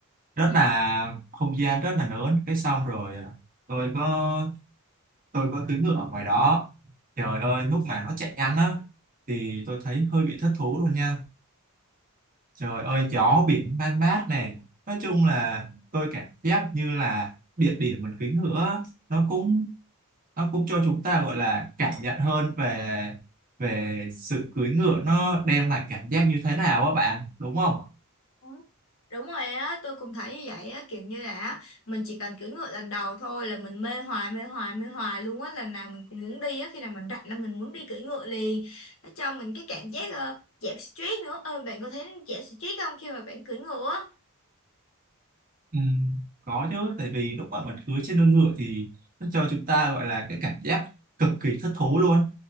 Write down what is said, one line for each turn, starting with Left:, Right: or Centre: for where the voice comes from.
Right: rất
Left: Ừ.
Right: là không gian rất là lớn cái xong rồi à, tôi có tôi có cưỡi ngựa ở ngoài đó trời ơi lúc mà nó chạy nhanh á thì tôi thấy hơi bị thất thú luôn nha trời ơi gió biển man mát này nói chung là tôi cảm giác như là địa điểm mình cưỡi ngựa á, nó cũng nó cũng cho chúng ta gọi là cảm nhận hơn về về sự cưỡi ngựa nó đem lại cảm giác như thế nào á bạn đúng không
Left: Ừ. đúng rồi á tôi cũng thấy như vậy á kiểu như là á, mình chỉ cần cưỡi ngựa lần đầu thôi là mình mê hoài mê hoài mê hoài luôn á lần nào mình cũng muốn đi á khi nào mình rảnh là mình muốn đi cưỡi ngựa liền nó cho mình cái cảm giác ờ, giảm stress nữa ờ, bạn có thấy giảm stress không khi mà bạn cưỡi ngựa á
Right: ừ, có chứ tại vì lúc mà mình cưỡi trên lưng ngựa thì nó cho chúng ta gọi là cái cảm giác cực kỳ thích thú luôn